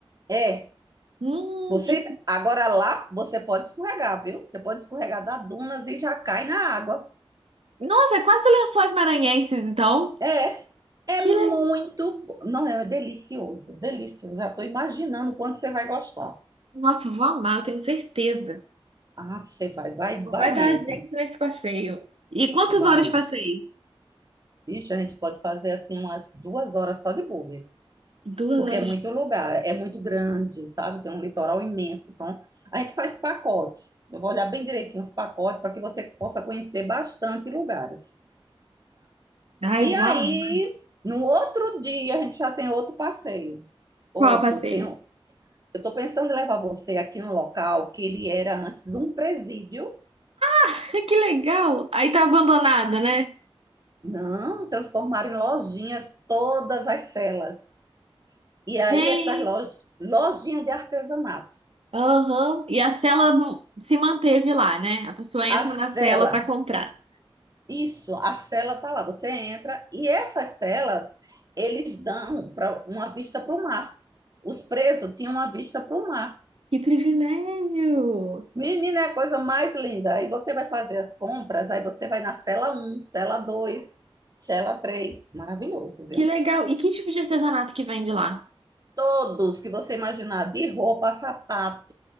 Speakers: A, on the right; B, on the right.
A: É
B: Hum,
A: vocês,
B: que.
A: agora lá, você pode escorregar, viu? Você pode escorregar da dunas e já cai na água.
B: Nossa, é quase Lençóis Maranhenses, então.
A: É, é
B: Que
A: muito,
B: legal.
A: bo- não, é delicioso, delicioso. Já estou imaginando o quanto você vai gostar.
B: Nossa, eu vou amar, eu tenho certeza.
A: Ah, você vai, vai,
B: Não
A: vai
B: vai
A: mesmo,
B: dar jeito nesse passeio. E quantas
A: vai.
B: horas passei?
A: Vixe, a gente pode fazer assim umas duas horas só de buggy,
B: Duas
A: porque
B: horas.
A: é muito lugar, é muito grande, sabe? Tem um litoral imenso, então a gente faz pacotes. Eu vou olhar bem direitinho os pacotes para que você possa conhecer bastante lugares.
B: Ai,
A: E
B: vou
A: aí,
B: amar.
A: no outro dia, a gente já tem outro passeio. Outro,
B: Qual passeio?
A: tem, um- eu estou pensando em levar você aqui num local que ele era antes um presídio.
B: <laughs> Que legal! Aí tá abandonada, né?
A: Não, transformaram em lojinhas todas as celas. E aí,
B: Gente,
A: essas lojas, lojinha de artesanato.
B: aham. E a cela não- se manteve lá, né? A pessoa entra
A: A cela,
B: na cela pra comprar.
A: isso, a cela tá lá. Você entra e essas celas, eles dão para uma vista para o mar. Os presos tinham uma vista para o mar.
B: Que privilégio!
A: Menina, é a coisa mais linda. Aí você vai fazer as compras, aí você vai na cela um, cela 2, cela 3, Maravilhoso, viu?
B: Que legal! E que tipo de artesanato que vende lá?
A: Todos que você imaginar, de roupa, sapato,